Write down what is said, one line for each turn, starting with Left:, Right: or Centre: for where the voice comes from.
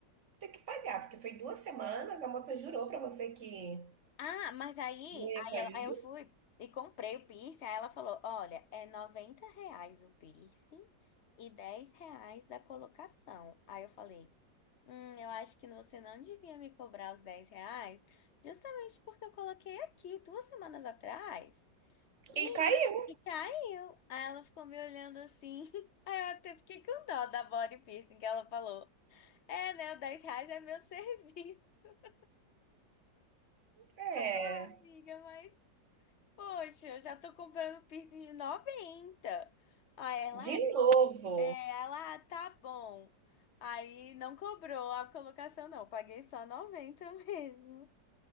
Right: ter que pagar, porque foi duas semanas, a moça jurou pra você que
Left: Ah, mas aí,
Right: não ia
Left: aí,
Right: cair
Left: ela- aí eu fui e comprei o piercing. Aí ela falou: Olha, é 90 reais o piercing e 10 reais da colocação. Aí eu falei: Hum, eu acho que você não devia me cobrar os 10 reais, justamente porque eu coloquei aqui duas semanas atrás e,
Right: e caiu.
Left: e caiu. Aí ela ficou me olhando assim. <laughs> Aí eu até fiquei com dó da body piercing que ela falou: É, né? O 10 reais é meu serviço. <laughs>
Right: É,
Left: Eu, "Ah, amiga, mas. Poxa, eu já tô comprando piercing de noventa. Aí ela,
Right: de novo.
Left: é, ela, ah, tá bom. Aí não cobrou a colocação, não. Paguei só 90 <laughs> mesmo.